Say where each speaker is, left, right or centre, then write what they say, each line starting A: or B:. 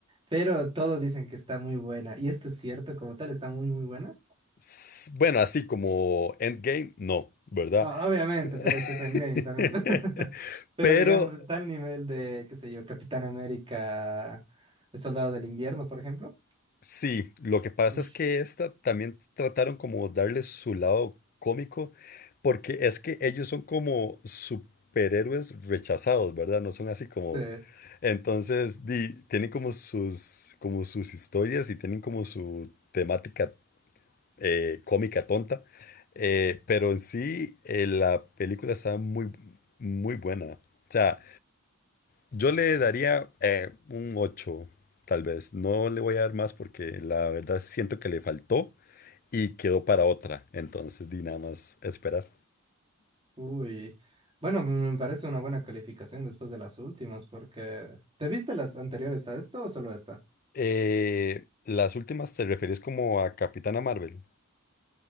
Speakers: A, on the right; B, on the left.
A: pero todos dicen que está muy buena y esto es cierto, como tal, está muy, muy buena.
B: S- Bueno, así como Endgame, no, ¿verdad?
A: O- Obviamente, pero es que es
B: <laughs>
A: Endgame también. <laughs> Pero
B: Pero
A: digamos, está al nivel de, qué sé yo, Capitán América, El Soldado del Invierno, por ejemplo.
B: Sí, lo que pasa
A: Ush.
B: es que esta también trataron como darle su lado cómico, porque es que ellos son como superhéroes rechazados, ¿verdad? No son así como...
A: Sí.
B: Entonces, di- tienen como sus, como sus historias y tienen como su temática eh, cómica tonta, eh, pero en sí eh, la película está muy, muy buena. O sea, yo le daría eh, un 8, tal vez. No le voy a dar más porque la verdad siento que le faltó y quedó para otra. Entonces, di nada más esperar.
A: Uy. Bueno, me me parece una buena calificación después de las últimas, porque... ¿Te viste las anteriores a esto o solo esta?
B: Eh, las últimas te refieres como a Capitana Marvel.